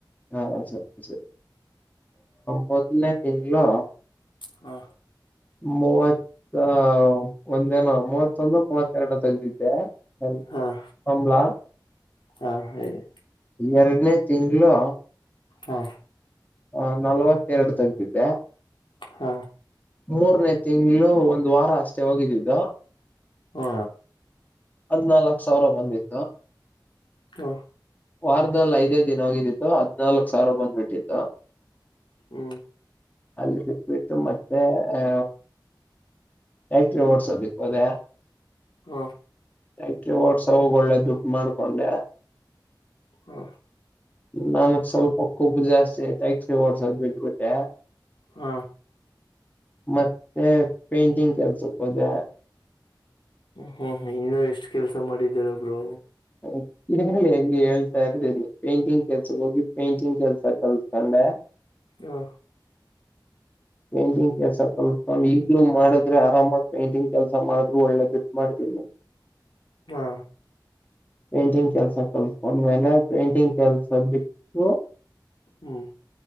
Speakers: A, on the left (about 20°); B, on the left (about 85°).
A: ಹಾ ಸರಿ ಸರಿ ಮೊದನೇ ತಿಂಗಳು
B: ಹಾ
A: ಮೂವತ್ತ ಒಂದೇನ ಮೂವತ್ತೊಂದು ಮೂವತ್ತೆರಡು ಐತಿ ಇದೇ ಅಲ್ಲಿ
B: ಹ
A: ಆಂಬಲ
B: ಹ ಹೇಳಿ
A: ಎರಡನೇ ತಿಂಗಳು
B: ಹಾ
A: ಹ ನಲ್ವತ್ತೆರಡು ತೆಗ್ದಿದ್ದೆ
B: ಹ
A: ಮೂರನೇ ತಿಂಗಳು ಒಂದು ವಾರ ಅಷ್ಟೇ ಹೋಗಿದ್ದಿದ್ದು
B: ಹಾ
A: ಹದ್ನಾಾಲ್ಕಕ್ ಸಾವಿರ ಬಂದಿತ್ತು
B: ಹೂ
A: ವಾರದಲ್ಲಿ ಐದೇ ದಿನ ಹೋಗಿದ್ದಿತ್ತು ಹದ್ನಾಾಲ್ಕಕ್ ಸಾವಿರ ಬಂದ್ಬಿಟ್ಟಿತ್ತು
B: ಹೂ
A: ಅಲ್ಲಿ ಬಿಟ್ಬಿಟ್ಟು ಮತ್ತೆ ಅ ಯಾಕ್ಟ್ರೆ ಓಡ್ಸೋದು ಅದ
B: ಹೂ
A: ಐಟಿ ವರ್ಸ ಹೋಗಿ ಒಳ್ಳೆ ದುಡ್ ಮಾಡ್ಕೊಂಡೆ
B: ಹೂ
A: ನನ್ಕ್ ಸ್ವಲ್ಪ ಕೊಬ್ಬು ಜಾಸ್ತಿ ತಟೈಕ್ ಓಡ್ಸೋದ್ ಬಿಟ್ಬಿಟ್ಟೆ
B: ಹ
A: ಮತ್ತೆ ಪೇಂಟಿಂಗ್ ಕೆಲ್ಸಕ್ಕೆ ಹೋದೆ
B: ಹೂ ಇನ್ನು ಎಷ್ಟ್ ಕೆಲ್ಸ ಮಾಡಿದ್ದೀರಬ್್ರರು
A: ಹೌ ಈ ಕಡೆ ಹೆಂಗೆ ಹೇಳ್ತಾ ಇರೋದ ಇಲ್ಲಿ ಪೈಂಟಿಂಗ್ ಕೆಲ್ಸ ಹೋಗಿ ಪೈಂಟಿಂಗ್ ಕೆಲ್ಸ ಕಲ್ಸ್ಕೊಂಡೆ
B: ಹಾ
A: ಪೇಂಟಿಂಗ್ ಕೆಲ್ಸ ಕಲ್ತ್ಕೊಂಡು ಈಗ್ಲೂ ಮಾಡಿದ್ರ ಆರಾಮಾಗಿ ಪೇಂಟಿಂಗ್ ಕೆಲ್ಸ ಮಾಡಿದ್ರು ಒಳ್ಳೇದುಡ್ ಮಾಡ್ತೀನಿ
B: ಹಾ
A: ಪೇಂಟಿಂಗ್ ಕೆಲ್ಸ ಕಲ್ತ್ಕೊಂಡ್ಮೇಲೆ ಪೇಂಟಿಂಗ್ ಕೆಲ್ಸ ಬಿಟ್ಟು
B: ಹ್ಮ್